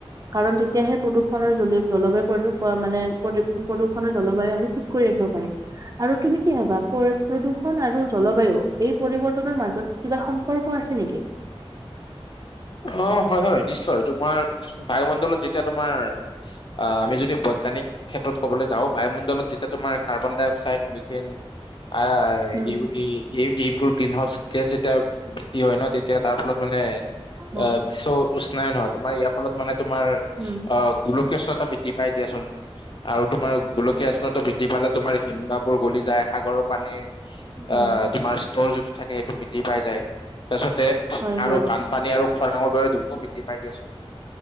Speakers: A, on the right; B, on the left.
A: কাৰণ তেতিয়াহে প্ৰদূষণৰ জলি জলবায়ু প্ৰদীপ মানে প্ৰদ প্ৰদূষণৰ জলবায়ু আমি ঠিক কৰি ৰাখিব পাৰিম আৰু তুমি কিহবা প্ৰ প্ৰদূষণ আৰু জলবায়ু এই পৰিৱৰ্তনৰ মাজত কিবা সম্পৰ্ক আছে নিকি
B: অ', হয় হয় নিশ্চয় তোমাৰ বায়ুমণ্ডলত যেতিয়া তোমাৰ আ আমি যদি বৈজ্ঞানিক ক্ষেত্ৰত ক'বলে যাওঁ বায়ুমণ্ডলত যেতিয়া তোমাৰ কাৰ্বন ডাই অক্সাইড মিথেন আ আ
A: উম,
B: ইউ ই এই এইবোৰ গ্ৰীণ হাউচ গেছ যেতিয়া বৃদ্ধি হয় ন তেতিয়া তাৰ ফলত মানে
A: উম,
B: অহ বিশ্ব উষ্ণান নহয় তোমাৰ ইয়াৰ ফলত মানে তোমাৰ
A: উম,
B: অ গোকল কেচৱাতা বৃদ্ধি পাই দিয়াচোন আৰু তোমাৰ গোলকীয় উষ্ণতা বৃদ্ধি পালে তোমাৰ হিম বাহ- বোৰ গলি যায় সাগৰৰ পানীৰ
A: উম,
B: আহ তোমাৰ স্তৰ যিটো থাকে সেইটো বৃদ্ধি পাই যায়। তাৰছতে
A: হয়,
B: আৰু
A: হয়,
B: বানপানী আৰু খৰাঙৰ দৰে জলটো বৃদ্ধি পাই দিয়াচোন।